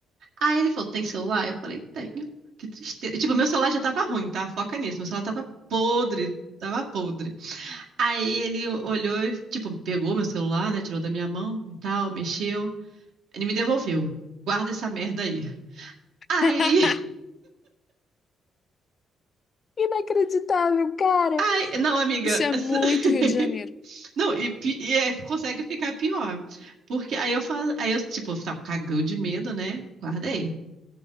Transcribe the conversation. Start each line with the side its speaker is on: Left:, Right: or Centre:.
Right: Aí ele falou: Tem celular? Eu falei: Tenho. Que tristeza. Tipo, meu celular já tava ruim, tá? Foca nisso. Meu celular tava podre, tava podre. Aí ele olhou e, tipo, pegou meu celular, né? Tirou da minha mão e tal, mexeu. Ele me devolveu. Guarda essa merda aí. Aí,
Left: <laughs>
Right: <laughs>
Left: Inacreditável, cara.
Right: aí- não, amiga.
Left: Isso é
Right: essa-
Left: muito
Right: <laughs>
Left: Rio de Janeiro.
Right: Não, e, pi- e é, consegue ficar pior. Porque aí eu falo, aí eu, tipo, tava cagão de medo, né? Guardei.